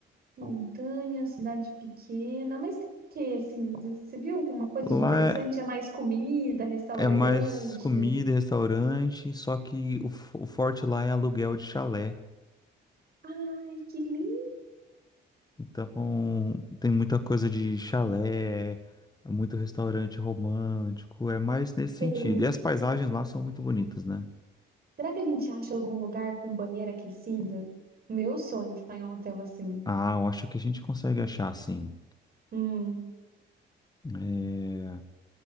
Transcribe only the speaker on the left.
Lá
é,
é mais comida, e restaurante, só que o, f- o forte lá é aluguel de chalé.
Então, tem muita coisa de chalé, muito restaurante romântico, é mais nesse sentido.
E as paisagens lá são muito bonitas, né?
Ah, eu acho que a gente consegue achar, sim.
É,